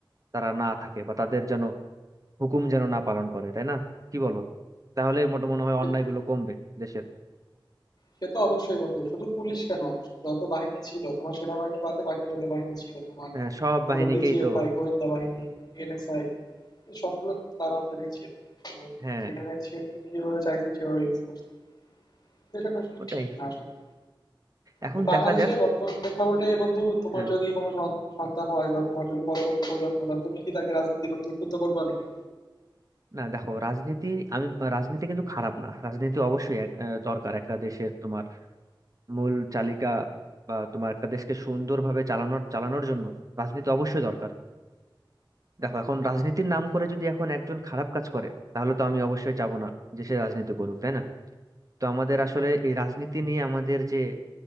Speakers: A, on the right (about 40°); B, on the left (about 50°).
A: তারা না থাকে বা তাদের যেন হুকুম যেন না পালন করে তাই না কি বলো তাহলে মোটা মনে হয়
B: সে
A: অন্যায়গুলো
B: তো-
A: কমবে দেশের
B: সে তো অবশ্যই বন্ধু শুধু পুলিশ কেন যত বাহিনী ছিল তোমার সেনাবাহিনী বাদে বাকি যত বাহিনী ছিল তোমার
A: হ্যাঁ সব বাহিনীকেই
B: ধরো ডিজিএফআই
A: তো
B: গোয়েন্দা বাহিনী এনএসআই সবগুলো তো তার আন্ডারেই ছিল তো
A: হ্যাঁ
B: সেখানে সে তিনি যেভাবে চাইছেন সেভাবে ইউজ করছেন কিন্তু এটা আসলে
A: ওটাই
B: ঠিক না আসলে
A: এখন
B: তো বাংলাদেশের
A: দেখা যাক
B: বর্তমান প্রেক্ষাপটে বন্ধু তোমার
A: হ্যাঁ
B: যদি কোনো সন- সন্তান হয় বা তোমার যদি পরবর্তী প্রজন্ম তা তুমি কি তাকে রাজনীতি করতে উদ্বুদ্ধ করবা নাকি
A: না দেখো রাজনীতি আমি রাজনীতি কিন্তু খারাপ না রাজনীতি অবশ্যই এক- আহ, দরকার একটা দেশের তোমার মূল চালিকা বা তোমার একটা দেশকে সুন্দরভাবে চালানোর চালানোর জন্য রাজনীতি অবশ্যই দরকার দেখো এখন রাজনীতির নাম করে যদি এখন একজন খারাপ কাজ করে তাহলে তো আমি অবশ্যই চাবো না যে সে রাজনীতি করুক তাই না তো আমাদের আসলে এই রাজনীতি নিয়ে আমাদের যে